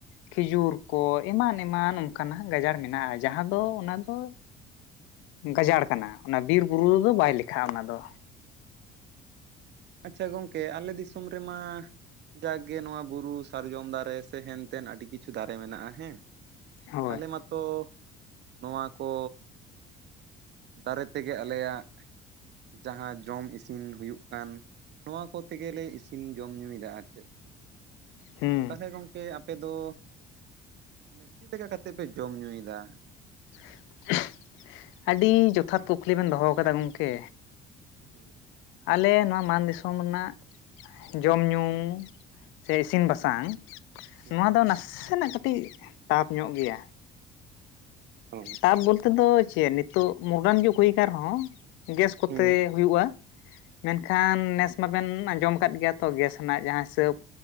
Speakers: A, on the left; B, on the right.
A: ᱠᱷᱤᱡᱩᱨ
B: ᱦᱮᱸ
A: ᱠᱚᱡᱼᱼ ᱮᱢᱟᱱ ᱮᱢᱟᱱ ᱚᱱᱠᱟᱱᱟᱜ ᱜᱟᱡᱟᱲ ᱢᱮᱱᱟᱜᱼᱟ, ᱡᱟᱦᱟᱸ ᱫᱚ ᱚᱱᱟ ᱫᱚᱼᱼ ᱜᱟᱡᱟᱲ ᱠᱟᱱᱟ ᱚᱱᱟ ᱵᱤᱨᱵᱩᱨᱩ ᱨᱮᱫᱚ ᱵᱟᱭ ᱞᱮᱠᱷᱟᱜᱼᱟ ᱚᱱᱟ ᱫᱚ᱾
B: ᱟᱪᱪᱷᱟ ᱜᱚᱢᱠᱮ ᱟᱞᱮ ᱫᱤᱥᱚᱢ ᱨᱮᱢᱟᱼᱼ ᱡᱟᱜᱠ ᱜᱮ ᱱᱚᱣᱟ ᱵᱩᱨᱩ ᱥᱟᱨᱡᱚᱢ ᱫᱟᱨᱮ ᱥᱮ ᱦᱮᱱᱛᱮᱱ ᱟᱹᱰᱤ ᱠᱤᱪᱷᱩ ᱫᱟᱨᱮ ᱢᱮᱱᱟᱜᱼᱟ ᱦᱮᱸ᱾
A: ᱦᱳᱭ
B: ᱟᱞᱮ ᱢᱟᱛᱚ ᱱᱚᱣᱟ ᱠᱚᱼᱼ ᱫᱟᱨᱮ ᱛᱮᱜᱮ ᱟᱞᱮᱭᱟᱜ ᱡᱟᱦᱟᱸ ᱡᱚᱢ ᱤᱥᱤᱱ ᱦᱩᱭᱩᱜ ᱠᱟᱱ᱾ ᱱᱚᱣᱟ ᱠᱚᱛᱮ ᱜᱮᱞᱮ ᱤᱥᱤᱱ ᱡᱚᱢ ᱧᱩᱭᱮᱫᱟ ᱟᱨ ᱪᱮᱫ
A: ᱦᱩᱸ
B: ᱛᱟᱦᱚᱞᱮ ᱜᱚᱢᱠᱮ ᱟᱯᱮᱼᱼ ᱟᱯᱮ ᱫᱚ ᱢᱟᱱᱮ ᱪᱮᱫ ᱞᱮᱠᱟ ᱠᱟᱛᱮᱫ ᱯᱮ ᱡᱚᱢ ᱧᱩᱭᱮᱫᱟ?
A: <unintelligible> ᱟᱹᱰᱤ ᱡᱚᱛᱷᱟᱛ ᱠᱩᱠᱞᱤ ᱵᱮᱱ ᱫᱚᱦᱚ ᱠᱟᱫᱟ ᱜᱚᱢᱠᱮ᱾
B: ᱦᱮᱸ᱾
A: ᱟᱞᱮ ᱱᱚᱣᱟ ᱢᱟᱱ ᱫᱤᱥᱚᱢ ᱨᱮᱱᱟᱜ᱾ ᱡᱚᱢ ᱧᱩ ᱥᱮ ᱤᱥᱤᱱ ᱵᱟᱥᱟᱝ᱾
B: ᱦᱩᱸ
A: ᱱᱚᱣᱟ ᱫᱚ ᱱᱟᱥᱮᱱᱟᱜ ᱠᱟᱹᱴᱤᱡ ᱴᱟᱯ ᱧᱚᱜ ᱜᱮᱭᱟ᱾
B: ᱚ
A: ᱴᱟᱨ ᱵᱚᱞᱛᱮ ᱫᱚ ᱪᱮᱫ ᱱᱤᱛᱚᱜ ᱢᱚᱰᱟᱨᱱ ᱡᱩᱜᱽ ᱦᱩᱭ ᱠᱟᱱ ᱨᱮᱦᱚᱸᱼᱼ ᱜᱮᱥ ᱠᱚᱛᱮ
B: ᱦᱩᱸ
A: ᱦᱩᱭᱩᱜᱼᱟ᱾ ᱢᱮᱱᱠᱷᱟᱱ ᱱᱮᱥ ᱢᱟᱵᱮᱱ ᱟᱸᱡᱚᱢ ᱟᱠᱟᱫ ᱜᱮᱭᱟ ᱛᱚ ᱜᱮᱥ ᱨᱮᱱᱟᱜ ᱡᱟᱦᱟᱸ ᱦᱤᱥᱟᱹᱵᱼᱼ